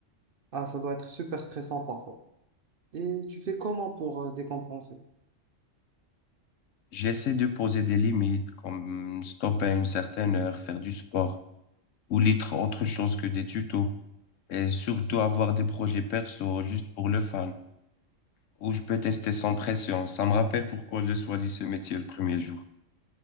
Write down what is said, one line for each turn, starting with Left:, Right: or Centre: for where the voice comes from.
Right: Ah, ça doit être super stressant parfois. Et tu fais comment pour euh, décompenser?
Left: J'essaie de poser des limites, comme stopper à une certaine heure, faire du sport, ou lire autre chose que des tutos. Et surtout avoir des projets perso juste pour le fun, où je peux tester sans pression. Ça me rappelle pourquoi je choisi ce métier le premier jour.